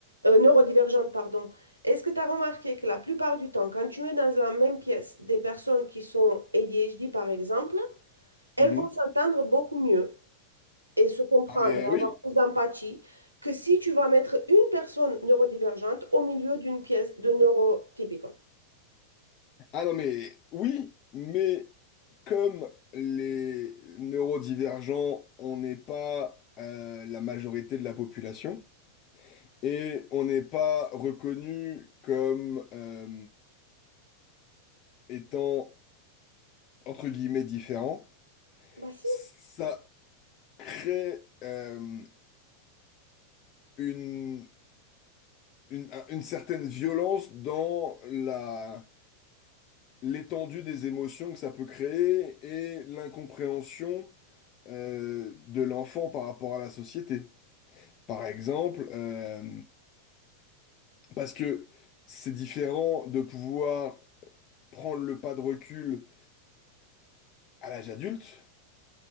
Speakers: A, on the right; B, on the left.
A: euh, neurodivergente, pardon. Est-ce que tu as remarqué que la plupart du temps, quand tu mets dans la même pièce des personnes qui sont ADHD, par exemple, elles
B: Mhm.
A: vont s'entendre beaucoup mieux et se comprendre,
B: Ah mais
A: avoir
B: oui.
A: plus d'empathie, que si tu vas mettre une personne neurodivergente au milieu d'une pièce de neurotypical.
B: Ah non mais oui, mais comme les neurodivergents, on n'est pas euh, la majorité de la population et on n'est pas reconnu comme euh, étant entre guillemets différent,
A: Bah si,
B: ça crée euh, une, une une certaine violence dans la l'étendue des émotions que ça peut créer et l'incompréhension euh, de l'enfant par rapport à la société. Par exemple, euh, parce que c'est différent de pouvoir prendre le pas de recul à l'âge adulte